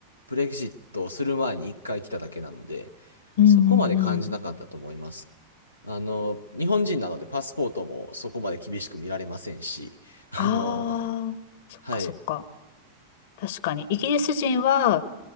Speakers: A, on the left; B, on the left.
A: ブレグジットをする前に一回来ただけなので、
B: うん、
A: そこまで感じなかったと思いますね。
B: うん、うん。うん
A: あの、日本人なのでパスポートもそこまで厳しく見られませんし、あの、
B: ああー、そっかそっか。
A: はい。
B: 確かに。イギリス人は